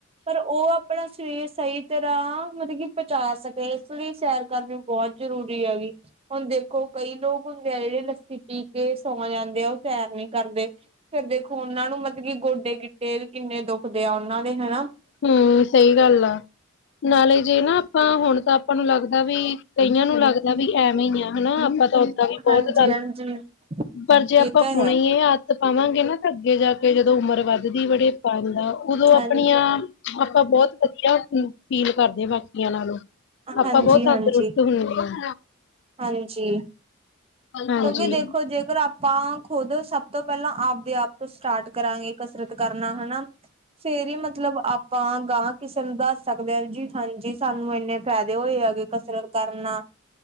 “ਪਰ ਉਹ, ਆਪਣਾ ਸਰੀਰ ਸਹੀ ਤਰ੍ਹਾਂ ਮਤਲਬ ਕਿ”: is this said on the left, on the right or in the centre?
Right